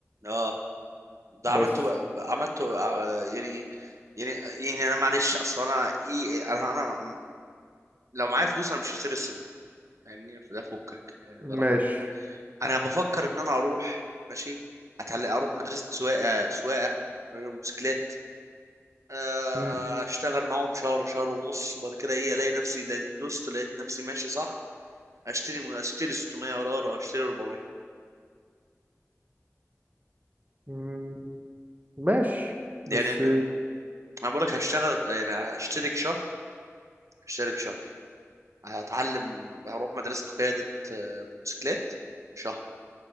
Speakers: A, on the right; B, on the right.
A: اه ده عملته
B: بس
A: بقى بقى- عملته آه، يعني يعني يعني انا معلش اصل انا إيه انا انا لو معايا فلوس انا مش هشتري صيني فاهمني فده فكك يعني
B: ماشي
A: ده رقم واحد انا بفكر ان انا اروح ماشي اتعلم اروح مدرسه سواقه سواقه موتوسيكلات آه،
B: مم.
A: اشتغل معاهم شهر شهر ونص وبعد كده ايه الاقي نفسي د- دوست لقيت نفسي ماشي صح اشتري اشتري 600 قرار او اشتري 400
B: مم. ماشي بس
A: يعني ال- انا بقول لك هشتغل يعني هشترك شهر هشترك شهر هتعلم هروح مدرسه قياده آه، موتوسيكلات شهر